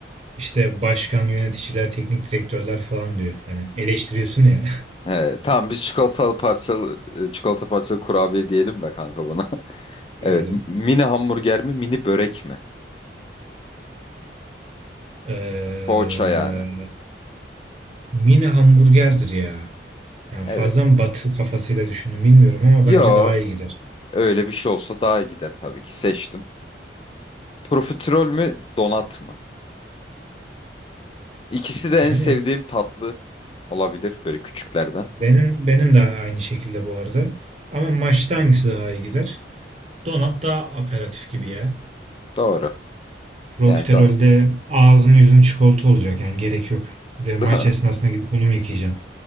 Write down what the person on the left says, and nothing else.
<laughs> he tamam biz çikolatalı parçalı e, çikolata parçalı kurabiye diyelim de kanka buna. <laughs>
Evet. m- Mini hamburger mi? Mini börek mi?
Poğaça yani.
Evet.
Yo.
Öyle bir şey olsa daha iyi gider tabii ki. Seçtim. Profiterol mü? Donat mı? İkisi de
en sevdiğim tatlı olabilir. Böyle küçüklerden.
Doğru.
Yani donat.
<laughs>